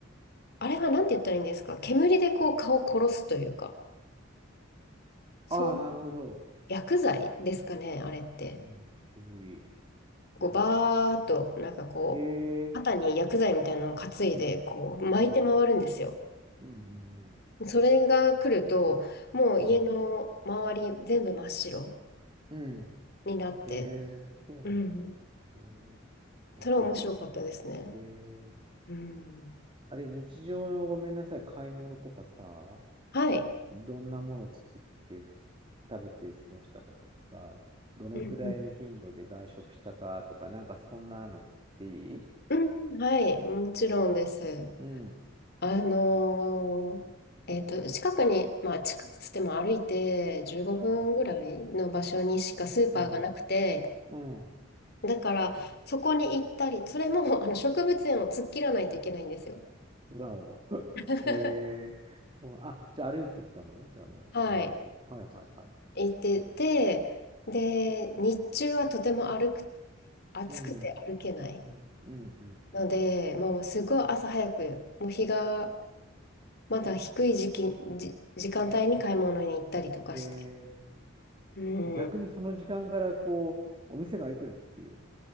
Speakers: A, on the left (about 55°); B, on the right (about 25°).
A: あれはなんて言ったらいいんですか。煙でこう蚊を殺すというか、そう、
B: ああ、なるほど。
A: 薬剤ですかね、あれって。
B: うん、煙。
A: こう、
B: うん。
A: バーっと、なんかこう、
B: へえ、
A: 肩に薬剤みたいなのを担いで、こう、巻いて回るんですよ。
B: うん、うん、うん、
A: それが来ると、もう家の周り全部真っ白
B: うん、うん。うん
A: になって、
B: へえ、そうなんだ。
A: うん。
B: うん、面白いね。
A: それは面白かったですね。
B: へえ、
A: うん。
B: あれ、日常のごめんなさい、買い物とかさ、
A: はい。
B: どんなもの作って食べて過ごしたかとかさ、どのくらいの頻度で外食したかとか、
A: うんうん
B: なんかそんなの聞いていい
A: うんはい、もちろんです。
B: うん、
A: あのーえっと、近くに、まあ近くつっても歩いて15分ぐらいの場所にしかスーパーがなくて、
B: うん、うん、うん。
A: だからそこに行ったり、それもあの植物園を突っ切らないといけないんですよ。
B: わお。<laughs>
A: <laughs>
B: へえ、そう、あ、じゃあ歩いてったのね、じゃあね。
A: はい。
B: なるほど。はいはいはい。
A: 行ってて、で、日中はとても歩く、暑くて歩けない
B: うん、うん、うん、うん、うん。
A: ので、
B: うん
A: もうすごい朝早く、もう日がまだ低い時期、じ、時間帯に買い物に行ったりとかして。
B: へ
A: うん、
B: え、逆にその時間からこう、お店が開いてるっていう。